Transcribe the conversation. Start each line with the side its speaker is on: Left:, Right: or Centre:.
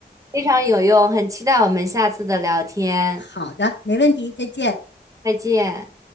Right: 非常有用，很期待我们下次的聊天，
Left: 好的，没问题，再见。
Right: 再见。